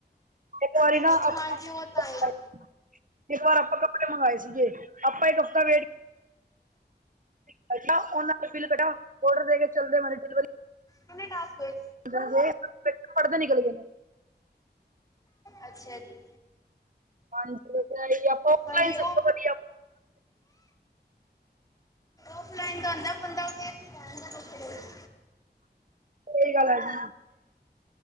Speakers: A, on the right; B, on the left.
A: ਔ ਕੋ ਈ ਨਾ
B: ਅੱਛਾ
A: ਅਪਾ
B: ਹਾਂਜੀ ਉਹ ਤਾਂ
A: <unintelligible>
B: ਹੈ
A: ਇੱਕ ਵਾਰ ਆਪਾਂ ਕੱਪੜੇ ਮੰਗਵਾਏ ਸੀਗੇ ਆਪਾਂ ਇੱਕ ਹਫ਼ਤਾ ਵੇਟ- ਬਾ <unintelligible> ਔਨਾਂ ਦਾ ਬਿੱਲ ਕਡਾ ਔਡਰ ਦੇ ਕੇ ਚੱਲਦੇ ਬਣੇ ਡਿਲੀਵਰੀ
B: ਕਿਨੇ ਟਾਸਕ ਹੋਏ?
A: <unintelligible> ਪ ਪੜ੍ਹਦੇ ਨਿਕਲ ਗਏ ਨੇ।
B: ਅੱਛਾ ਜੀ।
A: ਹਾਂਜੀ ਹਜ਼ ਆਪਾਂ
B: ਹਾਂਜੀ
A: ਸਭ ਤੋਂ ਪ <unintelligible>
B: ਔਫਲਾਈਨ ਦਾ ਹੋਂਦਾ ਬੰਦਾ ਫਦਾੱਪੜ <unintelligible>
A: ਸਈ ਗੱਲ ਐ ਜੀ।